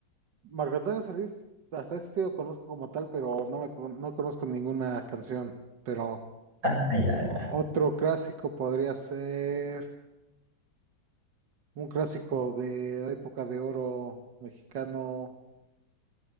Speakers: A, on the right; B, on the right.
A: Marco Antonio Solís, hasta eso sí lo conozco como tal, pero no me con- no conozco ninguna canción. Pero
B: Ah, ya,
A: o-
B: ya.
A: otro clásico podría ser un clásico de la época de oro mexicano.